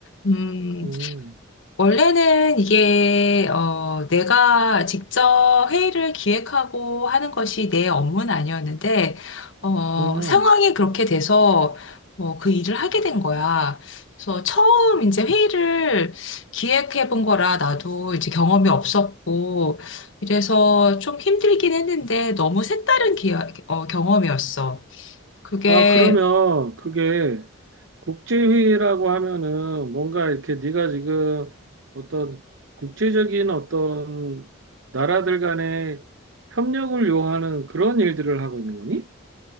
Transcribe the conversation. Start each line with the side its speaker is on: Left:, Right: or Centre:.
Left: 음,
Right: 음,
Left: 원래는 이게, 어, 내가 직접 회의를 기획하고 하는 것이 내 업무는 아니었는데, 어,
Right: 음.
Left: 상황이 그렇게 돼서, 어, 그 일을 하게 된 거야. 그래서 처음 이제 회의를 기획해 본 거라 나도 이제 경험이 없었고, 이래서 좀 힘들긴 했는데 너무 색다른 기, 어, 경험이었어. 그게
Right: 아, 그러면 그게 국제회의라고 하면은 뭔가 이렇게 네가 지금 어떤 국제적인 어떤 나라들 간의 협력을 요하는 그런 일들을 하고 있는 거니?